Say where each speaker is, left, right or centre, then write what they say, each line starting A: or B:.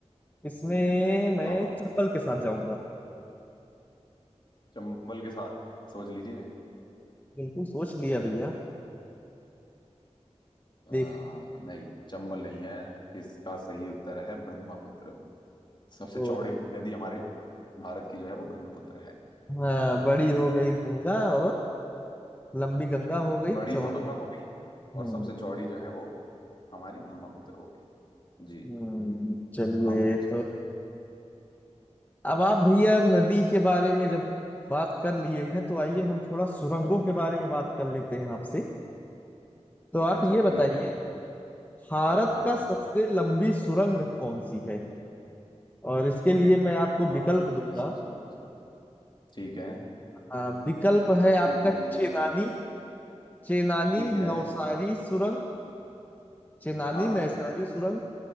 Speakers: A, on the left (about 15°); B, on the left (about 45°).
A: इसमें मैं
B: हाँ हाँ,
A: चंबल
B: हाँ।
A: के साथ जाऊंगा
B: चंबल के साथ सोच लीजिए
A: बिल्कुल सोच लिया भैया
B: आ,
A: देख
B: नहीं चंबल नहीं है इसका सही उत्तर है ब्रह्मपुत्र सबसे
A: तो
B: चौड़ी नदी हमारे भारत की जो है वो ब्रह्मपुत्र है
A: हाँ बड़ी हो गई गंगा और लंबी गंगा हो गई
B: बड़ी
A: चौड़ी
B: तो गंगा हो गई और
A: हम्म
B: सबसे चौड़ी जो है वो हमारी ब्रह्मपुत्र हो गई जी
A: हम्म, चलिए
B: आप पूछिए
A: तो अब आप भैया नदी के बारे में जब बात कर लिए हैं तो आइए हम थोड़ा सुरंगों के बारे में बात कर लेते हैं आपसे तो आप
B: अच्छा
A: ये बताइए
B: ठीक है
A: भारत
B: हाँ
A: का सबसे लंबी सुरंग कौन सी है और इसके लिए मैं आपको
B: भारत
A: विकल्प दूंगा
B: की सबसे लंबी सुरंग ठीक है
A: आ, विकल्प है आपका
B: ठीक है दीजिए
A: चेनानी
B: दीजिए
A: चेनानी
B: ठीक है
A: नौसारी सुरंग चेनानी
B: हाँ
A: नैसारी सुरंग